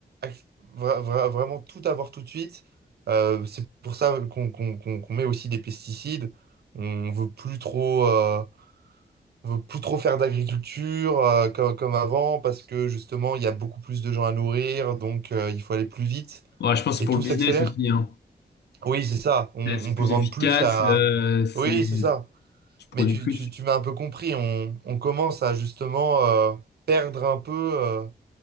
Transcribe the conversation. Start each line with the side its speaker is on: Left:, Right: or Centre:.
Right: ac- vra- vra- vraiment tout avoir tout de suite. Euh, c'est pour ça qu'on qu'on- qu'on- qu'on met aussi des pesticides. On veut plus trop, euh, on veut plus trop faire d'agriculture euh, comme, comme avant parce que justement il y a beaucoup plus de gens à nourrir, donc euh, il faut aller plus vite
Left: Ouais, je pense que
Right: et
Left: c'est pour
Right: tout
Left: le business
Right: s'accélère.
Left: aussi, hein.
Right: Oui, c'est ça. On,
Left: Là, C'est
Right: on
Left: plus
Right: peut vendre
Left: efficace,
Right: plus à.
Left: euh, c'est,
Right: Oui, c'est ça.
Left: tu produis
Right: Mais tu,
Left: plus.
Right: tu, tu m'as un peu compris. On, on commence à justement euh, perdre un peu euh,